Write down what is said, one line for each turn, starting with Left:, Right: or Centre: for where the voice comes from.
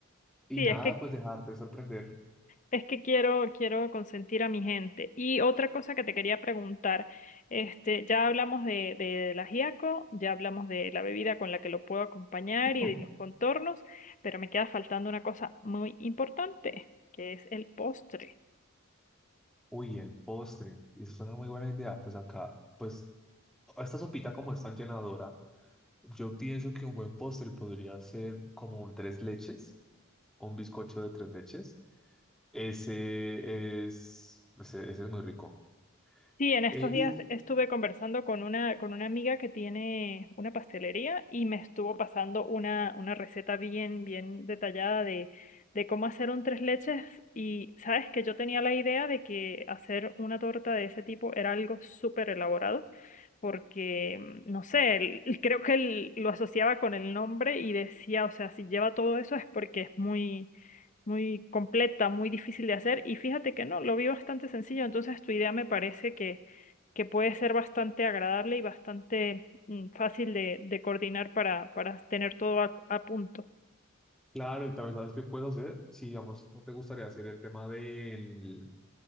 Centre: Y
Left: Sí,
Centre: nada,
Left: es que
Centre: pues dejarte sorprender. <laughs>
Left: Es que quiero, quiero consentir a mi gente. Y otra cosa que te quería preguntar, este, ya hablamos de, de la ajiaco, ya hablamos de la bebida con la que lo puedo acompañar y
Centre: Hmm.
Left: de los contornos, pero me queda faltando una cosa muy importante, que es el postre.
Centre: Uy, el postre. Eso es una muy buena idea. Pues acá, pues esta sopita como es tan llenadora Yo pienso que un buen postre podría ser como un tres leches, un bizcocho de tres leches. Ese es, ese, ese es muy rico.
Left: Sí, en estos
Centre: Eh,
Left: días
Centre: y
Left: estuve conversando con una, con una amiga que tiene una pastelería y me estuvo pasando una, una receta bien, bien detallada de, de cómo hacer un tres leches y sabes que yo tenía la idea de que hacer una torta de ese tipo era algo súper elaborado porque, mm, no sé, el- <laughs> el- creo que el- lo asociaba con el nombre y decía, o sea, si lleva todo eso es porque es muy muy completa, muy difícil de hacer. Y fíjate que no, lo vi bastante sencillo, entonces tu idea me parece que, que puede ser bastante agradable y bastante mm, fácil de, de coordinar para, para tener todo a, a punto.
Centre: claro, y también sabes qué puedes hacer. Si, digamos, no te gustaría hacer el tema del,